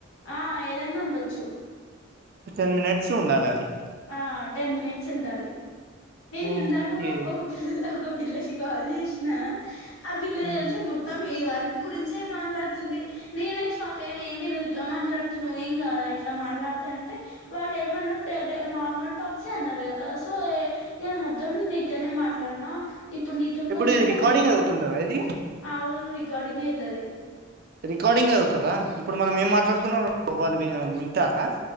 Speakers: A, on the left; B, on the right.
A: ఆ ఏదన్న ఉండొచ్చు
B: టెన్ మినిట్స్ ఉండాల అది
A: ఆ టెన్ మినిట్స్ ఉండాలి నేను
B: ఓకే
A: ఇందాక ఒక ఒక పిల్ల ఒక పిల్లకి కాల్ చేసిన ఆ పిల్ల తెల్సా
B: ఉమ్
A: మొత్తం మీ వర్క్ గురించే మాట్లాడుతుంది నేనే షాక్ అయినా ఏంది నువ్వు ఇట్లా మాట్లాడుతున్నావ్ ఏం కాదా ఇట్లా మాట్లాడితే అంటే వాళ్ళు ఏమన్నారు నార్మల్ టాక్సే అన్నారు కదా సో ఏ ఇగ మొత్తం నేను ఇట్లనే మాట్లాడినా ఇప్పుడు నీతోని
B: ఇప్పుడు
A: కొంచెం
B: ఇది
A: మంచిగా
B: రికార్డింగ్
A: మా
B: అవుతుంటదా ఇది
A: ఆవునురీ రికార్డింగే అయితాది
B: రికార్డింగ్ అవుతదా ఇప్పుడు మనం ఏం మాట్లాడుకున్నామొ వాళ్ళు వినరు మింటావా